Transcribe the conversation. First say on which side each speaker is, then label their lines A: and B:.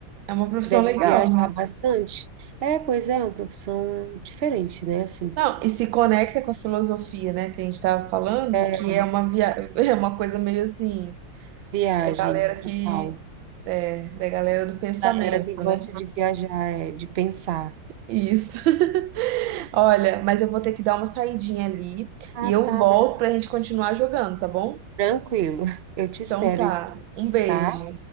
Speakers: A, on the right; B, on the right.
A: É uma profissão
B: deve
A: legal.
B: viajar bastante. É, pois é, é uma profissão diferente, né? Assim,
A: Não, e se conecta com a filosofia, né, que a gente estava falando,
B: é,
A: que é uma via... <laughs> é uma coisa meio assim,
B: viagem
A: da galera que
B: e tal.
A: é, da galera do pensamento,
B: Galera que gosta
A: né?
B: de viajar, é, de pensar.
A: Isso. <laughs> Olha, mas eu vou ter que dar uma saidinha ali
B: Ah,
A: e eu
B: tá,
A: volto
B: Bel.
A: pra gente continuar jogando, tá bom?
B: Tranquilo. <laughs> Eu te espero,
A: Então tá.
B: então,
A: Um beijo.
B: tá?